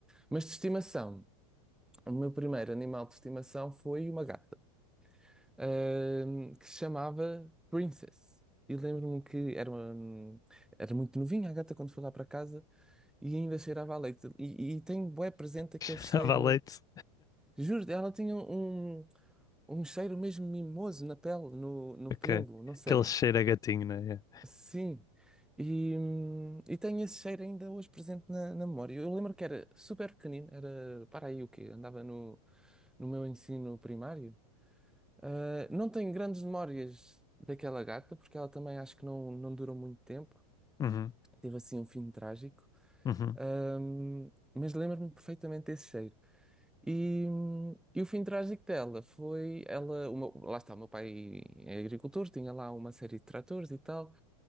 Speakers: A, in the centre; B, on the left.
A: Mas de estimação, o meu primeiro animal de estimação foi uma gata. ahm, que se chamava Princess. E lembro-me que era, uma, era muito novinha a gata quando foi lá para casa e ainda cheirava a leite. E, e tem bué presente aquele
B: <laughs>
A: cheiro.
B: Dava leite.
A: Juro, ela tinha um, um cheiro mesmo mimoso na pele, no, no
B: Ok.
A: pelo, não sei.
B: Aquele cheiro a gatinho, né? Yeah.
A: Sim. E, hum, e tenho esse cheiro ainda hoje presente na, na memória. Eu lembro que era super pequenino, era, para aí o quê? Andava no, no meu ensino primário. Ah, não tenho grandes memórias daquela gata, porque ela também acho que não, não durou muito tempo.
B: Uhum.
A: Teve assim um fim trágico.
B: Uhum.
A: Ahm, mas lembro-me perfeitamente desse cheiro. E, hum, e o fim trágico dela foi ela, o meu- lá está, o meu pai é agricultor, tinha lá uma série de tratores e tal,